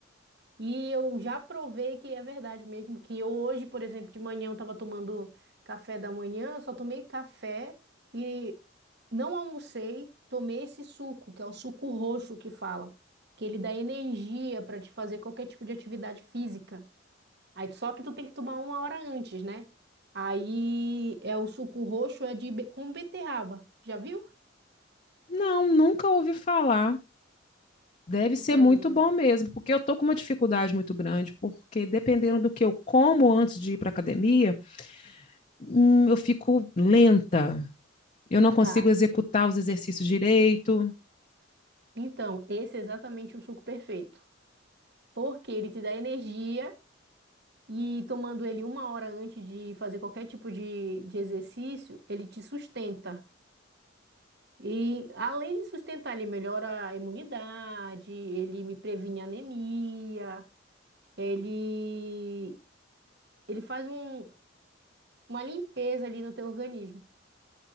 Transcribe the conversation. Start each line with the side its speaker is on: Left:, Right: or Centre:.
Right: E eu já provei que é verdade mesmo, que eu hoje, por exemplo, de manhã eu tava tomando café da manhã, eu só tomei café e não almocei, tomei esse suco, que é o suco roxo que fala, que ele dá energia pra te fazer qualquer tipo de atividade física. Aí só que tu tem que tomar uma hora antes, né? Aí é o suco roxo é de be- com beterraba. Já viu?
Left: Não, nunca ouvi falar. Deve
Right: Então,
Left: ser muito
Right: menino,
Left: bom mesmo, porque eu tô com uma dificuldade muito grande, porque dependendo do que eu como antes de ir para academia, hum, eu fico lenta. Eu não consigo
Right: tá.
Left: executar os exercícios direito.
Right: Então, esse é exatamente o suco perfeito. Porque ele te dá energia e tomando ele uma hora antes de fazer qualquer tipo de, de exercício, ele te sustenta. E além de sustentar, ele melhora a imunidade, ele me previne anemia, ele, ele faz um, uma limpeza ali no teu organismo.